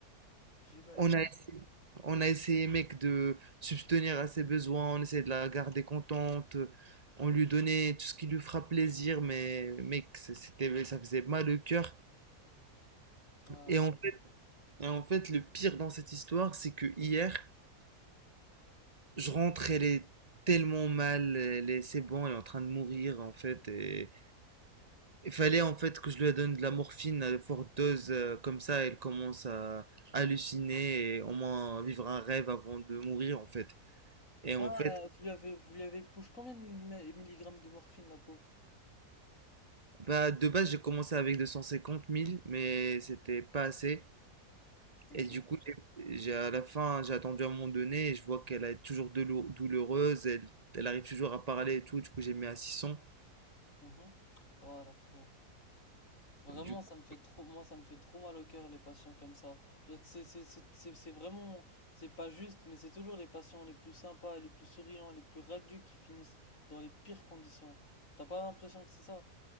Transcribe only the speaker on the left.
J'imagine.
Ah,
la...
pauvre.
ah
euh, vous lui avez, vous lui avez push combien de millima- milligrammes de morphine, la pauvre?
Ok.
mhm. Oh, la pauvre. Vraiment,
ça
me fait trop, moi, ça me fait trop mal au cœur, les patients comme ça. Parce que c'est c'est- c'est- c'est- c'est vraiment, c'est pas juste, mais c'est toujours les patients les plus sympas, les plus souriants, les plus radieux qui finissent dans les pires conditions. T'as pas l'impression que c'est ça?